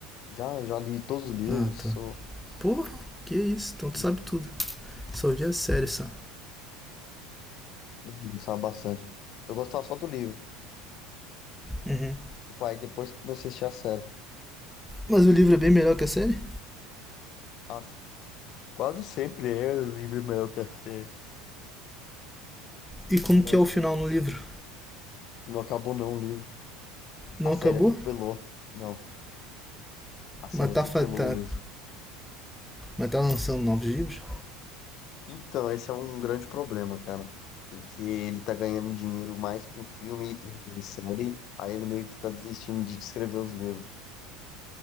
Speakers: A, on the left; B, in the centre.
A: já, já li todos os livros,
B: Ah, tá.
A: sou.
B: Porra, que isso? Então tu
A: hum,
B: sabe tudo. Só vi a série, só.
A: hum, Gostava bastante. Eu gostava só do livro.
B: Uhum.
A: Tipo, aí depois que eu comecei a assistir a série.
B: Mas o livro é bem melhor que a série?
A: Nossa, quase sempre é o livro melhor que a série.
B: E como
A: Mas
B: que é o final no livro?
A: não acabou não o livro.
B: Não
A: A série
B: acabou?
A: atropelou. Não, a série
B: Mas
A: atropelou
B: tá, fa- tá-
A: o livro.
B: mas tá lançando novos livros?
A: Então, esse é um grande problema, cara. Porque ele tá ganhando dinheiro mais com filme e série. Aí ele meio que tá desistindo de escrever os livros.